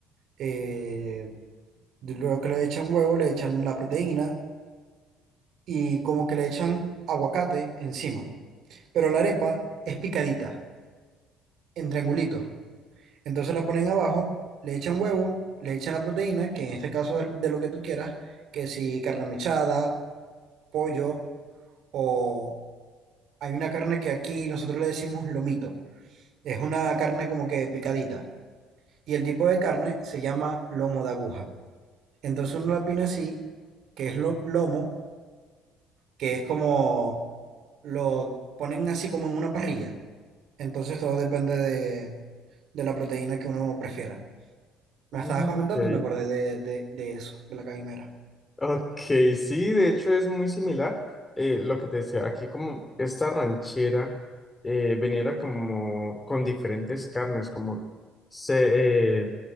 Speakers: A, on the right; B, on the left.
A: eh, luego que le echan huevo, le echan la proteína y como que le echan aguacate encima. Pero la arepa es picadita, en triangulitos. Entonces la ponen abajo, le echan huevo, le echan la proteína, que en este caso es de lo que tú quieras, que si carne mechada, pollo, o hay una carne que aquí nosotros le decimos lomito. Es una carne como que picadita. Y el tipo de carne se llama lomo de aguja. Entonces uno la pone así, que es lo, lomo, que es como lo ponen así como en una parrilla. Entonces todo depende de, de la proteína que uno prefiera. Me
B: Ah,
A: estabas
B: ok.
A: comentando y me acordé de, de- de eso, de la caimera.
B: Ok, sí, de hecho es muy similar eh, lo que te decía. Aquí como esta ranchera eh, venía como con diferentes carnes, como se, eh,